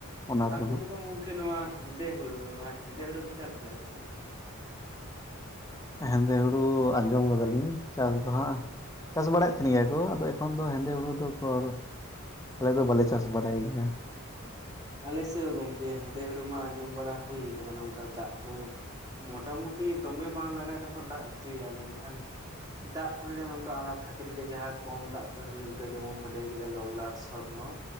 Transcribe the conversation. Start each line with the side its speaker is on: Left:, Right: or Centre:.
Left: ᱚᱱᱟ
Right: ᱟᱨ
Left: ᱠᱚᱦᱚᱸ
Right: ᱢᱤᱫ ᱨᱚᱠᱚᱢ ᱜᱚᱝᱠᱮ ᱱᱚᱣᱟ ᱦᱮᱸᱫᱮ ᱦᱩᱲᱩ ᱱᱚᱣᱟ ᱦᱮᱸᱫᱮ ᱦᱩᱲᱩ ᱠᱚ ᱪᱟᱥ ᱜᱮᱭᱟ ᱟᱯᱮᱥᱮᱜ?
Left: ᱦᱮᱸᱫᱮ ᱦᱩᱲᱩ ᱟᱸᱡᱚᱢ ᱠᱟᱫᱟᱞᱤᱧ ᱪᱟᱥ ᱫᱚ ᱦᱟᱸᱜ ᱪᱟᱥ ᱵᱟᱲᱟᱭᱮᱫ ᱛᱟᱦᱮᱸᱱ ᱜᱮᱭᱟ ᱠᱚ ᱟᱫᱚ ᱮᱠᱷᱚᱱ ᱫᱚ ᱦᱮᱸᱫᱮ ᱦᱩᱲᱩ ᱫᱚ ᱚᱠᱚᱨ ᱟᱞᱮ ᱫᱚ ᱵᱟᱞᱮ ᱪᱟᱥ ᱵᱟᱲᱟᱭ ᱜᱮᱭᱟ᱾
Right: ᱟᱞᱮ ᱥᱮᱜ ᱦᱚᱸ ᱜᱚᱝᱠᱮ ᱦᱮᱸᱫᱮ ᱦᱮᱲᱩ ᱢᱟ ᱟᱸᱡᱚᱢ ᱵᱟᱲᱟ ᱦᱩᱭ ᱠᱟᱱᱟ ᱱᱚᱝᱠᱟ ᱫᱟᱜᱽ ᱠᱚ ᱢᱚᱴᱟᱢᱩᱴᱤ ᱫᱚᱢᱮ ᱵᱟᱝ ᱞᱟᱜᱟᱜ ᱨᱮᱦᱚᱸ ᱫᱟᱜᱽ ᱪᱮᱭᱟ ᱢᱮᱱᱠᱷᱟᱱ, ᱫᱟᱜ ᱠᱚᱨᱮᱱᱟᱜ ᱱᱚᱝᱠᱟ ᱟᱱᱟᱴ ᱠᱷᱟᱹᱛᱤᱨ ᱜᱮ ᱡᱟᱸᱦᱟ ᱠᱚᱢ ᱫᱟᱜ ᱛᱮ ᱦᱩᱭᱩᱜ ᱜᱮᱭᱟ ᱡᱮᱢᱚᱱ ᱵᱚᱱ ᱞᱟᱹᱭ ᱠᱮᱫᱟ ᱞᱚᱞᱟᱴ ᱥᱚᱨᱱᱚ